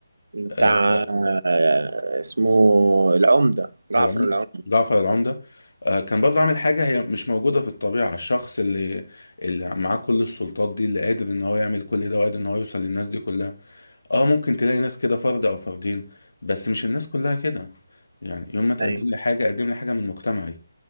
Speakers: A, on the right (about 70°); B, on the left (about 60°).
A: بتاع
B: آه،
A: آه، اسمه العمده جعفر
B: العم-
A: العمده
B: جعفر العمدة آه، كان برضه عامل حاجة هي مش موجودة في الطبيعة الشخص اللي اللي معاه كل السلطات دي اللي قادر إن هو يعمل كل ده وقادر إن هو يوصل للناس دي كلها اه ممكن تلاقي ناس كده فرد او فردين بس مش الناس كلها كده يعني يوم ما تقدم
A: ايوه
B: لي حاجه قدم لي حاجه من مجتمعي